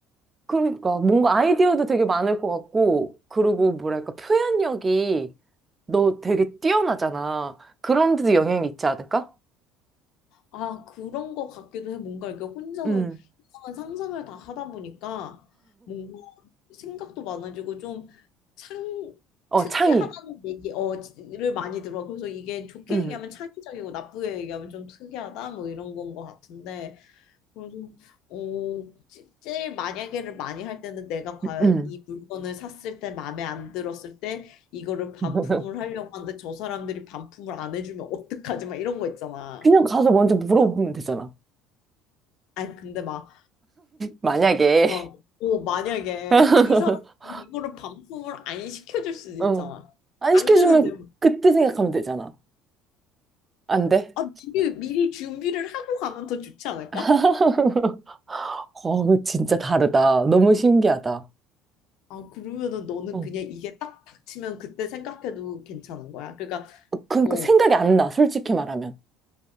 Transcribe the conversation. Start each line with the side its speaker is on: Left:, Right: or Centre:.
Right: 그러니까 뭔가 아이디어도 되게 많을 것 같고, 그리고 뭐랄까 표현력이 너 되게 뛰어나잖아. 그런 데도 영향이 있지 않을까?
Left: 아, 그런 것 같기도 해. 뭔가 이렇게 혼자서
Right: 음,
Left: 이상한 상상을 다 하다 보니까 뭔가 생각도 많아지고 좀 창,
Right: 어,
Left: 특이하다는
Right: 창의.
Left: 얘기, 어, 를 많이 들어. 그래서 이게 좋게
Right: 음,
Left: 얘기하면 창의적이고 나쁘게 얘기하면 좀 특이하다 뭐 이런 건 것 같은데. 그래서 어, 제- 제일 만약에를 많이 할 때는 내가 과연
Right: 음.
Left: 이 물건을 샀을 때 마음에 안 들었을 때 이거를 반품을
Right: <laughs>
Left: 하려고 하는데 저 사람들이 반품을 안 해주면 어떡하지? 막 이런 거 있잖아.
Right: 그냥 가서 먼저 물어보면 되잖아.
Left: 아니 근데 막,
Right: 만약에.
Left: 막 어, 만약에
Right: <laughs>
Left: 이 사람이 이거를 반품을 안 시켜줄 수도
Right: 어.
Left: 있잖아.
Right: 안
Left: 안
Right: 시켜주면
Left: 되는데
Right: 그때 생각하면 되잖아. 안 돼?
Left: 아, 미리, 미리 준비를 하고 가면 더 좋지 않을까?
Right: <laughs> 어, 진짜 다르다. 너무 신기하다.
Left: 아, 그러면은 너는
Right: 어.
Left: 그냥 이게 딱 닥치면 그때 생각해도 괜찮은 거야. 그러니까,
Right: 그러니까
Left: 어,
Right: 생각이 안 나, 솔직히 말하면.